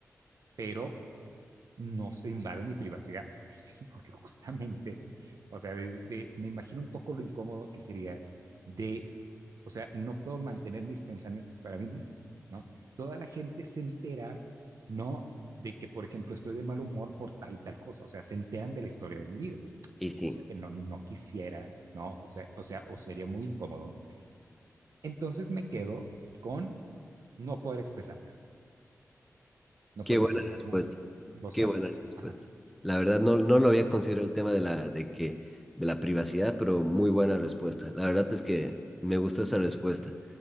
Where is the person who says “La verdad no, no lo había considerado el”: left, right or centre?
Centre